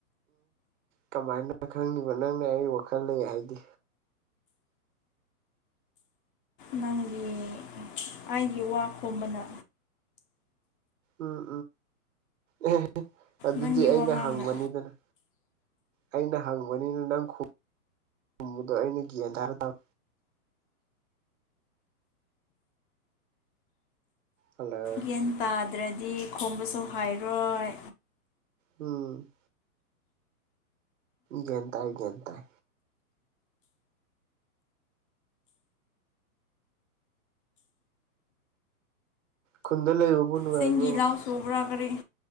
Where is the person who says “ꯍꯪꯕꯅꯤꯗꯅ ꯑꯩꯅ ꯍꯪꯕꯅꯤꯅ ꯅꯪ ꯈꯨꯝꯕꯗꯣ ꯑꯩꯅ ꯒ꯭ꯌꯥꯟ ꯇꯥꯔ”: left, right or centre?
Right